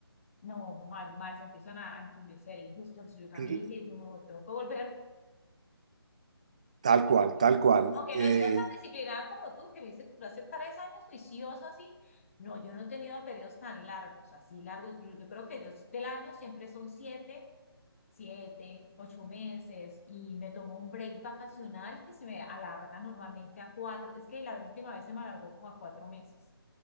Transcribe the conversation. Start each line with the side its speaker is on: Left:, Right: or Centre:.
Left: No, más, más se empiezan a a entumecer y justo entonces yo también
Right: eh,
Left: dije, no, tengo que volver,
Right: tal
Left: tengo
Right: cual,
Left: que...
Right: tal cual.
Left: Aunque no
Right: Eh,
Left: he sido tan disciplinada como tú, que me dices, tú hace tres años juicioso así. No, yo no he tenido periodos tan largos, así largos. Yo, yo creo que yo del año siempre son siete, siete, ocho meses y me tomo un break vacacional que se me alarga normalmente a cuatro. Es que la última vez se me alargó como a cuatro meses.